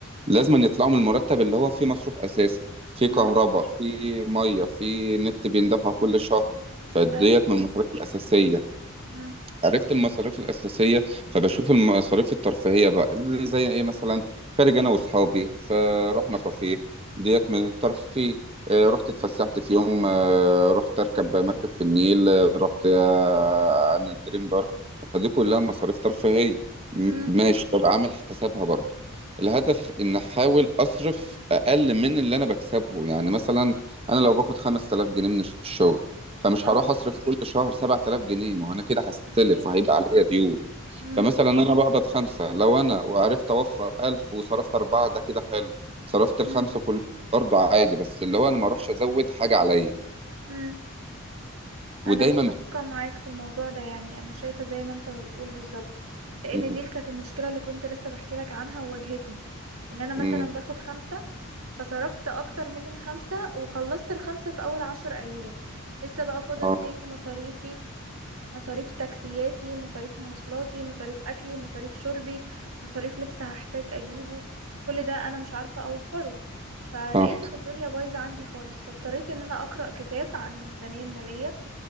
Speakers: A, on the right; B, on the right.
A: لازم يطلعوا من المرتب اللي هو فيه مصروف اساسي في كهرباء
B: مم.
A: في ميه في نت بيندفع كل شهر فديت
B: ايوه
A: من المصاريف الاساسيه
B: مم.
A: عرفت المصاريف الأساسية فبشوف المصاريف الترفيهية بقى اللي زي إيه مثلا خارج أنا وأصحابي فرحنا كافيه ديت من الترفيه آه، رحت اتفسحت
B: مم.
A: في يوم آه، رحت أركب مركب في النيل آه، رحت آه، أنا دريم بارك فدي كلها مصاريف ترفيهية م-
B: مم.
A: ماشي طب عامل حسابها برضه الهدف إن أحاول أصرف أقل من اللي أنا بكسبه يعني مثلا أنا لو باخد 5000 جنيه من الشغل فمش
B: اه
A: هروح اصرف كل شهر 7000 جنيه ما هو انا كده هستلف
B: اكيد
A: وهيبقى عليا ديون
B: مم.
A: فمثلا انا بقبض خمسة لو انا وعرفت اوفر 1000 وصرفت اربعة ده كده حلو صرفت الخمسة
B: مم.
A: كلهم برضه عادي بس اللي هو انا ما اروحش ازود حاجة عليا
B: مم. انا
A: ودايما
B: متفقه
A: ب...
B: معاك في الموضوع ده يعني انا شايفه زي ما انت ما بتقول بالظبط لان
A: م-
B: دي كانت المشكله اللي كنت لسه بحكي لك عنها وواجهتني ان انا مثلا
A: م-
B: باخد خمسة فصرفت اكتر من الخمسة وخلصت الخمسة في اول عشر ايام لسه بقى فاضل
A: اه
B: تاني مصاريفي مصاريف تاكسياتي مصاريف مواصلاتي مصاريف اكلي مصاريف شربي مصاريف لبس هحتاج اجيبه كل ده انا مش عارفه اوفره فلقيت
A: صح
B: ان الدنيا بايظه عندي خالص فاضطريت ان انا اقرا كتاب عن الميزانيه الماليه